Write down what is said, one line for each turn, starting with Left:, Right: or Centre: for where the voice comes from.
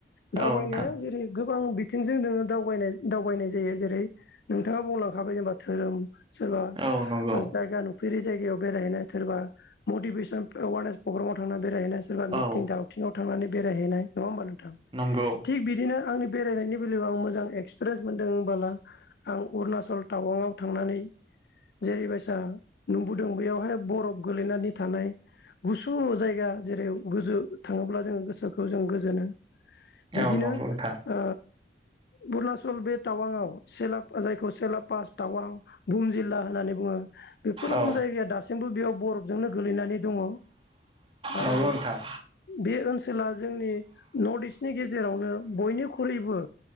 Left: दावबायनाया
Right: औ नोंथां
Left: जेरै गो गोबां बिथिंजों नोङो दावबायनाय-दावबायनाय जायो जेरै नोंथाङा बुंलांखाबाय जेनेबा धोरोम सोरबा
Right: औ नंगौ
Left: जा नुफेरै जायगायाव बेरायहैनाय सोरबा मतिभेसन एवारनेस प्रग्रामाव थांनानै बेरायहैनाय सोरबा मिथिं
Right: औ
Left: दावथिंआव थांनानै बेरायह हैनाय नङा होमबा नों थां
Right: नंगौ
Left: थिग बिदिनो आंनि बेरायनायनि बेलायाव आं मोजां एक्सपिरियेन्स मोनदों होनला आं अरुणाचल टावांआव थांनानै जेरै दा नुबोदों बेयावहाय बरफ गोलैनानै थानाय गुसु जायगा जेरै गोजौ थाङोब्ला जों गोसोखौ जों गोजोनो बिदिनो
Right: औ नंगौ
Left: ओ
Right: नोंथां
Left: अरुणाचल बे टावांआव जायखौ सेला पास टावां बहुम जिल्ला होननानै बुङो बेफोर रखम
Right: औ
Left: जायगाया दासिमबो बेयाव बरफ जोंनो गोलैनानै दङ आरो
Right: नंगौ नोंथां
Left: बे ओनसोल जेला जोंनि नर्थ इस्टनि गेजेरावनो बयनिख्रुइबो